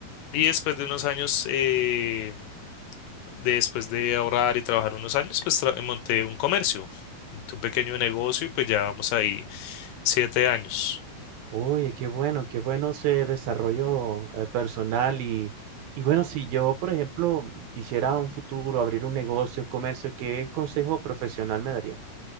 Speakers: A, on the left; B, on the right.
A: Y después de unos años, em, de- después de ahorrar y trabajar unos años, pues tra- monté un comercio, monté un pequeño negocio, y pues ya vamos ahí siete años.
B: Oye, qué bueno, qué bueno ese desarrollo eh, personal y, y bueno, si yo, por ejemplo, quisiera un futuro abrir un negocio, un comercio, ¿qué consejo profesional me daría?